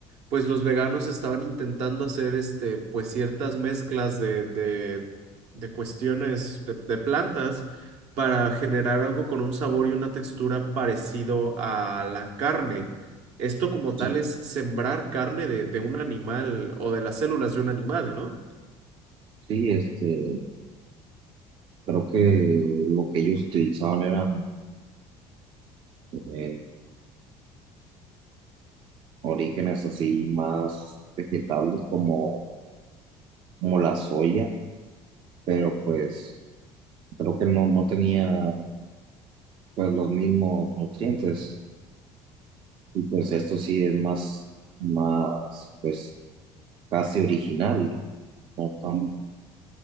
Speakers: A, on the right; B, on the right.
A: pues los veganos estaban intentando hacer este, pues ciertas mezclas de, de, de cuestiones de, de plantas para generar algo con un sabor y una textura parecido a la carne. Esto como
B: Sí,
A: tal es sembrar carne de, de un animal o de las células de un animal, ¿no?
B: sí, este, creo que lo que ellos utilizaban eran eh, orígenes así más vegetables como, como la soya, pero pues creo que no, no tenía pues los mismos nutrientes y pues esto sí es más, más pues casi original, ¿no? Tan-